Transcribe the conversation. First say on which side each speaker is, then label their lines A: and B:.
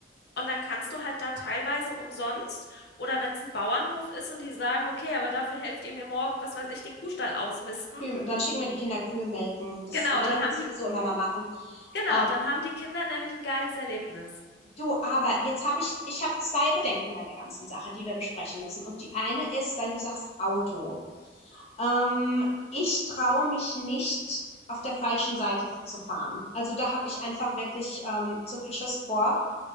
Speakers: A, on the left (about 65°); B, on the left (about 35°).
A: Und dann kannst du halt da teilweise umsonst oder wenn es ein Bauernhof ist und die sagen, okay, aber dafür helft ihr mir morgen, was weiß ich, den Kuhstall ausmisten.
B: Kühe, dann schicken wir die Kinder Kühe melken. Das
A: Genau,
B: meine
A: dann
B: ich
A: haben
B: sowieso
A: die,
B: immer mal machen.
A: genau,
B: Ähm,
A: dann haben die Kinder nämlich ein geiles Erlebnis.
B: du, aber jetzt habe ich, ich habe zwei Bedenken bei der ganzen Sache, die wir besprechen müssen. Und die eine ist, weil du sagst Auto. Ähm, ich traue mich nicht, auf der falschen Seite zu fahren. Also da habe ich einfach wirklich ähm, zu viel Schiss vor.